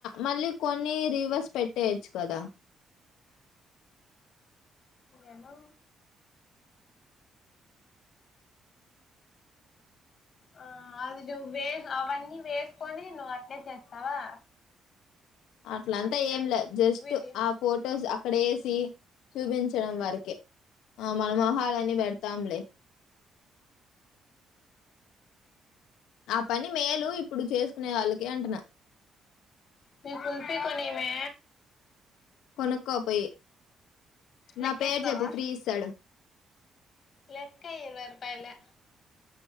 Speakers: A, on the left; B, on the left.
A: మళ్ళీ కొన్ని రివర్స్ పెట్టేయొచ్చు కదా
B: ఏమో ఆ అది నువ్వు వే అవన్నీ వేసుకొని నువ్వు అట్లే చేస్తావా
A: అట్లంతా
B: బేటా
A: ఏం లే జస్ట్
B: విడి
A: ఆ ఫొటోస్ అక్కడ వేసి చూపించడం వరకే ఆ మనం మహాలన్ని పెడతాంలే ఆ పని మేలు ఇప్పుడు చేసుకునే వాళ్ళకి అంటున్నా
B: మీ కులఫీ కొనీమే
A: కొనుక్కోపోయి నా
B: లెక్కేస్తావా
A: పేరు చెప్పు ఫ్రీ ఇస్తాడు
B: లెక్కేయ్ ఇరవై రూపాయలే